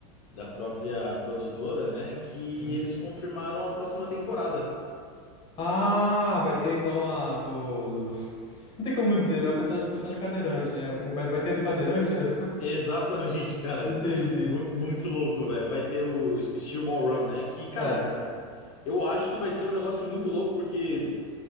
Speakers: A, on the left (about 75°); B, on the left (about 25°).
A: da própria produtora, né? Que
B: Uhum.
A: eles confirmaram a próxima temporada.
B: Ah, vai ter então a do, do- <laughs> Não tem como dizer, né? O personagem, o personagem é cadeirante, né? Vai ter, vai, vai ter a do cadeirante? é?
A: <laughs> Exatamente, cara.
B: <laughs> Entendi.
A: Mu- muito louco, velho. Vai ter o Steel Ball Run, né? Que, cara,
B: É.
A: eu acho que vai ser um negócio muito louco, porque.